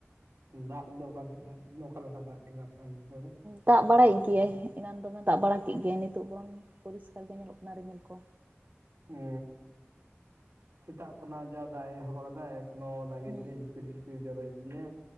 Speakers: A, on the right; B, on the right.
A: ᱫᱟᱜ ᱫᱚ ᱚᱠᱟ ᱥᱮᱫ ᱫᱟᱜ ᱚᱠᱟᱞᱮᱠᱟ ᱫᱟᱜ ᱠᱮᱫᱟ <unintelligible>
B: ᱫᱟᱜ ᱵᱟᱲᱟᱭᱮᱫ ᱜᱮᱭᱟᱭ ᱮᱱᱟᱱ ᱫᱚᱢᱮ ᱫᱟᱜ ᱵᱟᱲᱟ ᱠᱮᱫ ᱜᱮᱭᱟᱭ ᱱᱤᱛᱚᱜ ᱵᱚᱨᱚᱝ ᱯᱚᱨᱤᱥᱠᱟᱨ ᱜᱮ ᱧᱮᱞᱚᱜ ᱠᱟᱱᱟ ᱨᱤᱢᱤᱞ ᱠᱚ
A: ᱚᱻ ᱥᱮᱛᱟᱜ ᱠᱷᱚᱱᱟᱜ ᱡᱟ ᱫᱟᱜ ᱮ ᱮᱦᱚᱵ ᱠᱟᱫᱟᱭ ᱦᱚ ᱫᱟᱜᱮᱫ
B: ᱦᱮᱸ
A: ᱜᱮᱭᱟᱭ ᱡᱷᱤᱯᱤᱨ ᱡᱷᱤᱯᱤᱨ ᱡᱚᱨᱚᱭᱮᱫ ᱜᱮᱭᱟ